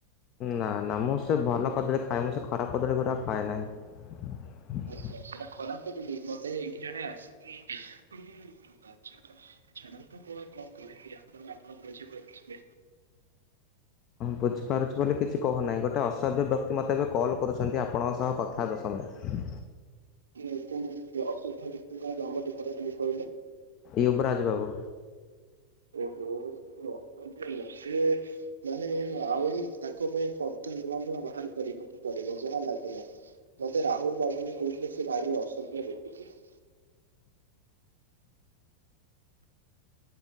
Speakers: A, on the left; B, on the right.
A: ନା ନା ମୁଁ ସେ ଭଲ କଦଳୀ ଖାଏ ମୁଁ ସେ ଖରାପ କଦଳୀ ଗୁଡା ଖାଏ ନାହିଁ।
B: ଖାଉଥିଲେ ସେଟା ଖରାପ କଦଳୀ ମତେ ଏଇଠି ଜଣେ ଆସିକି <unintelligible> ଆଚ୍ଛା। ସେଟା ତ ମୁ ଆଉ କଣ କହିଲି ଆପଣ ଆପ୍ ବୁଝି ପାରୁଥିବେ।
A: ବୁଝିପାରୁଛିୁ ବୋଲି କିଛି କହୁନାହିଁ ଗୋଟେ ଅସଭ୍ୟ ବ୍ୟକ୍ତି ମୋତେ ଏବେ କଲ୍ କରୁଛନ୍ତି ଆପଣଙ୍କ ସହ କଥା ହେବା ସମୟରେ।
B: <unintelligible>
A: ୟୁବରାଜ ବାବୁ।
B: ଓହୋ ସେ ମାନେ ଆହୁରି ତାଙ୍କ ପାଇଁ କଟୁ ନୁଆ ନୂଆ ବାହାର କରିବାକୁ ପଡିବ ଯାହା ଲାଗିଲାଣି। ମତେ ରାହୁଲ ବାବୁ କହୁଥିଲେ ସେ ଭାରି ଅସ <unintelligible>